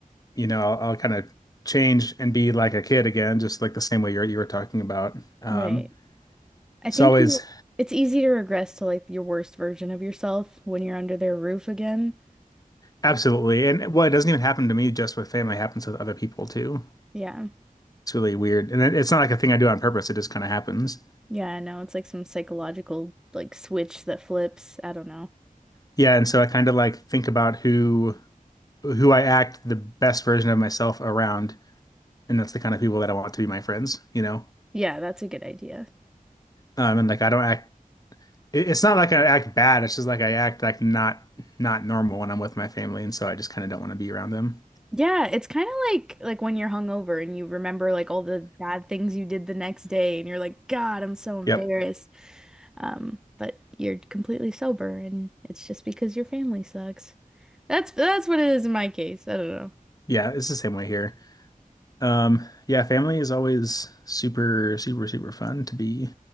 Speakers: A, on the left; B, in the centre.
A: you know, I'll, I'll kind of change and be like a kid again, just like the same way you're, you were talking about. Um,
B: right. I
A: it's
B: think
A: always
B: you, it's easy to regress to like your worst version of yourself when you're under their roof again.
A: absolutely, and well, it doesn't even happen to me just with family; it happens with other people too.
B: Yeah.
A: It's really weird, and it, it's not like a thing I do on purpose. It just kind of happens.
B: Yeah, I know. It's like some psychological like switch that flips. I don't know.
A: Yeah, and so I kind of like think about who who I act the best version of myself around and that's the kind of people that I want to be my friends, you know?
B: Yeah, that's a good idea.
A: Um, and like I don't act it- it's not like I act bad, it's just like I act like not not normal when I'm with my family, and so I just kind of don't want to be around them.
B: Yeah, it's kind of like like when you're hungover and you remember like all the bad things you did the next day and you're like, God, I'm so embarrassed.
A: Yep.
B: Um, but you're completely sober and it's just because your family sucks. That's that's what it is in my case. I don't know.
A: Yeah, it's the same way here. Um, yeah, family is always super, super, super fun to be